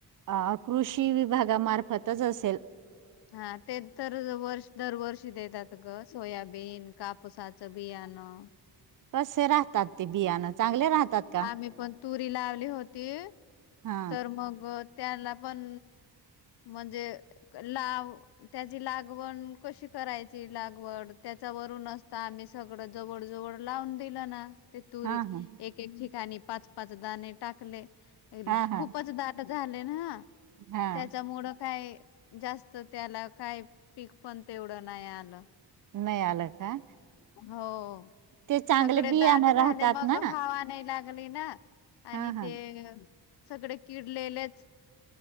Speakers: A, on the right; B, on the left.
A: अ कृषी विभागामार्फतच असेल
B: हा ते तर वर्ष दरवर्षी देतात ग सोयाबीन कापसाच बियाणं
A: कसे राहतात. ते बियाणं चांगले राहतात का
B: आम्ही पण तुरी लावली होती
A: हा
B: तर मग त्याला पण म्हणजे लाव त्याची लागवण कशी करायची लागवड त्याच्यावरून असता आम्ही सगळं जवळ जवळ लावून दिल ना ते तुरी
A: हा हा
B: एक एक ठिकाणी पाच पाचदाणे टाकले.
A: हा
B: खूपच
A: हा
B: दाट झाले ना
A: हा
B: त्याच्यामुळं काय. जास्त त्याला काही पीक पण तेवढं नाही आलं.
A: नाही आलं का?
B: हो
A: ते चांगले
B: सगळे
A: बियाणं
B: दाट झाले
A: राहतात
B: मग
A: ना
B: हवा नाही लागले ना आणि
A: हा हा
B: ते सगळे किडलेलेच